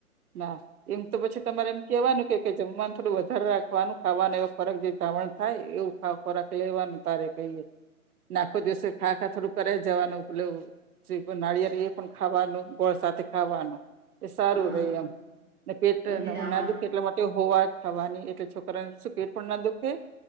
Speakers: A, on the right; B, in the centre.
A: ના એમ તો પછી તમારે એમ કેવાનું કે જમવાનું થોડું વધારે રાખવાનું ખાવાનું એ ખોરાક જે ધાવણ થાય એવું ખોરાક લેવાનું તારે કહીએ આખો દિવસે ખા ખા થોડું કરે જવાનું પેલું જે નારિયેળ એ પણ ખાવાનું ગોળ સાથે ખાવાનું. એ સારું
B: હા
A: રે એમ ને પેટ
B: એથી દાવણ
A: ના દુખ એટલા માટે સવા ખાવાની એટલે છ શું પેટ પણ ના દુખે